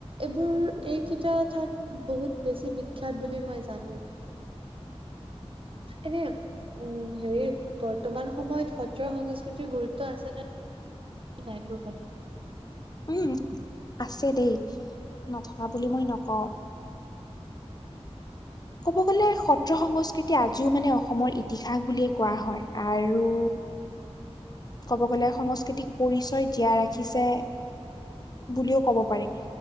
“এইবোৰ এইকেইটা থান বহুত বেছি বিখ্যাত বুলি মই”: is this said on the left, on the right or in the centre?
Right